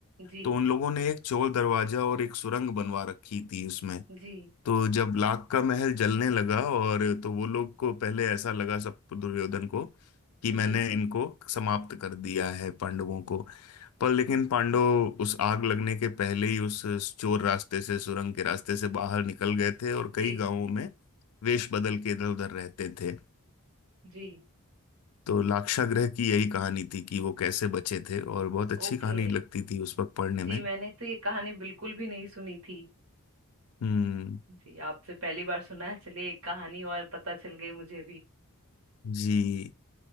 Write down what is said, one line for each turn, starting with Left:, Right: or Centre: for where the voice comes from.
Right: जी
Left: तो उन लोगों ने एक चोर दरवाजा और एक सुरंग बनवा रखी थी उसमें
Right: जी
Left: तो जब लाख का महल जलने लगा और तो वो लोग को पहले ऐसा लगा सब दुर्योधन को कि
Right: जी
Left: मैंने इनको समाप्त कर दिया है पांडवों को पर लेकिन पांडव उस आग लगने के पहले ही उस चोर रास्ते से सुरंग के रास्ते से बाहर निकल गए थे और कई
Right: जी
Left: गांवों में वेश बदल के इधर उधर रहते थे
Right: जी
Left: तो लाक्षागृह की यही कहानी थी कि वो कैसे बचे थे और बहुत अच्छी
Right: ओके
Left: कहानी लगती थी उस वक्त पढ़ने
Right: जी
Left: में
Right: मैंने तो ये कहानी बिल्कुल भी नहीं सुनी थी
Left: हम्म
Right: जी आपसे पहली बार सुना है चलिए एक कहानी और पता चल गई मुझे भी
Left: जी